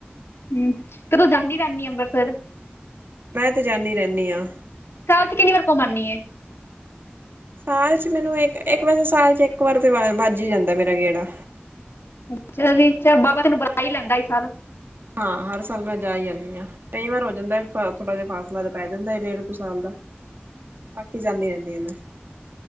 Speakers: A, on the left (about 85°); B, on the right (about 60°).
A: ਹਮ ਤੇ ਤੂੰ ਜਾਂਦੀ ਰਹਨੀ ਹੇ ਅੰਮਬਰਸਰ।
B: ਮੈਂ ਤੇ ਜਾਂਦੀ ਰਹਿੰਦੀ ਹਾਂ
A: ਸਾਲ ਚ ਕਿੰਨੀ ਵਾਰ ਕੁਮ ਆਨੀ ਹੈ।
B: ਸਾਲ ਚ ਮੈਨੂੰ ਇੱਕ ਇੱਕ ਵੈਸੇ ਸਾਲ ਚ ਇੱਕ ਵਾਰ ਤੇ ਵ ਵਾਜੀ ਹੀ ਜਾਂਦਾ ਮੇਰਾ ਗੇੜਾ।
A: ਅੱਛਾ ਜੀ ਅਛਾ ਬਾਬਾ ਤੈਨੂੰ ਬੁਲਾ ਹੀ ਲੈਂਦਾ ਹਰ ਸਾਲ।
B: ਹਾਂ ਹਰ ਸਾਲ ਮੈਂ ਜਾ ਹੀ ਆਨੀ ਆ, ਕਈ ਵਾਰ ਹੋ ਜਾਂਦਾ ਥੋੜ੍ਹਾ ਜਿਹਾ ਫਾਸਲਾ ਤੇ ਪੈ ਜਾਂਦਾ ਏ, ਡੇਢ ਕੁ ਸਾਲ ਦਾ ਬਾਕੀ ਜਾਂਦੀ ਰਹਨੀ ਹਾਂ ਮੈਂ।